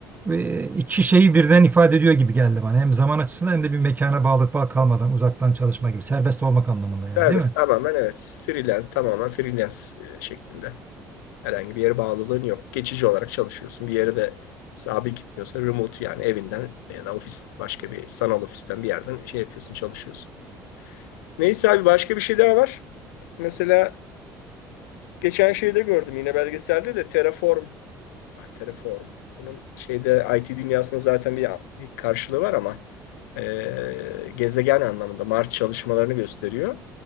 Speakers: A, on the right (about 20°); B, on the left (about 75°).
A: e, iki şeyi birden ifade ediyor gibi geldi bana hem zaman açısından hem de bir mekana bağlı bağ- kalmadan uzaktan çalışma gibi serbest olmak anlamında yani
B: Serbest.
A: değil mi?
B: Tamamen evet. Freelance, tamamen freelance e, şeklinde. Herhangi bir yere bağlılığın yok. Geçici olarak çalışıyorsun. Bir yere de sabit gitmiyorsun. Remote yani evinden ya da ofis başka bir sanal ofisten bir yerden şey yapıyorsun, çalışıyorsun. Neyse abi başka bir şey daha var. Mesela geçen şeyde gördüm yine belgeselde de Terraform Var Terraform. Bunun şeyde IT dünyasında zaten bir, bir karşılığı var ama e, gezegen anlamında Mars çalışmalarını gösteriyor.